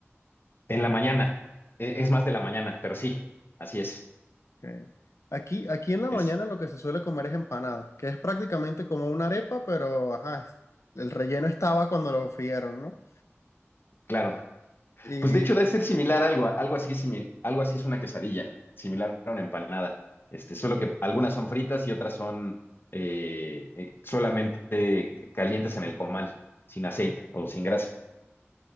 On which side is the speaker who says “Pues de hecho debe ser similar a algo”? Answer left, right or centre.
Left